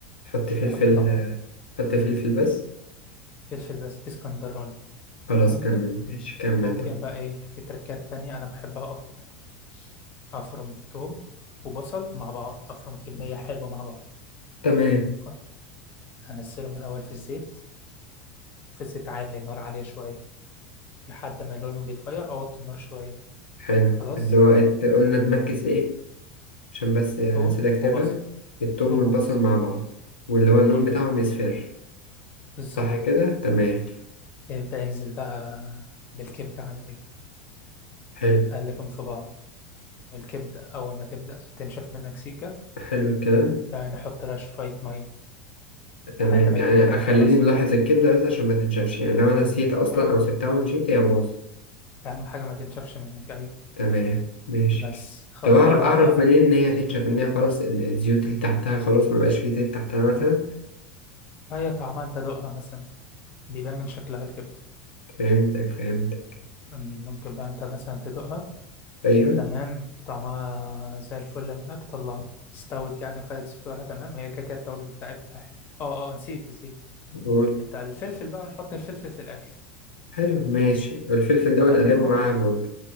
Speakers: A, on the left (about 75°); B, on the left (about 40°).
A: حط
B: مش
A: فلفل
B: بحط طماطم
A: حط فلفل بس
B: فلفل بس دي اسكندراني
A: خلاص
B: ممكن
A: كمل ماشي كمل
B: ممكن
A: طيب
B: بقى إيه في تركات تانية أنا بحبها أكتر افرم توم وبصل مع بعض افرم كميه حلوه مع بعض
A: تمام
B: خ- انزلهم الاول في الزيت في الزيت عالي النار عاليه شويه لحد ما لونهم يتغير اوطي النار شويه
A: حلو
B: خلاص
A: اللي هو ات- قلنا تمكس ايه عشان بس يعني
B: توم
A: نسيت اكتبها
B: وبصل
A: التوم
B: توم
A: والبصل
B: وبصل
A: مع بعض واللي هو اللون
B: امم
A: بتاعهم يصفر
B: بالظبط
A: صح كده تمام
B: يبدا ينزل بقى بالكبده عليهم
A: حلو
B: قلبهم في بعض والكبده اول ما تبدا تنشف منك سيكه
A: حلو الكلام
B: يعني نحط لها شويه ميه
A: تمام
B: لحد ما
A: يعني
B: الكبده
A: خليني
B: خلاص
A: ملاحظ الكبدة بس عشان ما تنشفش يعني لو أنا نسيت أصلا
B: اه
A: أو سبتها ومشيت هي باظت
B: اهم حاجه ما تنشفش منك ايوه
A: تمام ماشي
B: بس خ-
A: طب أعرف
B: طلعها
A: أعرف
B: بقى
A: منين إن هي هتنشف إن هي خلاص ال- الزيوت اللي تحتها خلاص مبقاش فيه زيت تحتها مثلا
B: هي طعمها انت دوقها مثلا بيبان من شكلها الكبدة
A: فهمتك فهمتك
B: ممكن بقى انت مثلا تدوقها
A: أيوه
B: تمام طعمها زي الفل معاك طلعها استوت يعني وخدت سواها تمام هي كده كده التوابل بتاعتها حلو اه اه نسيت نسيت
A: قول
B: انت الفلفل بقى ونحط الفلفل في الاخر
A: حلو ماشي الفلفل ده ونقلبه
B: قلبهم
A: معاها برضه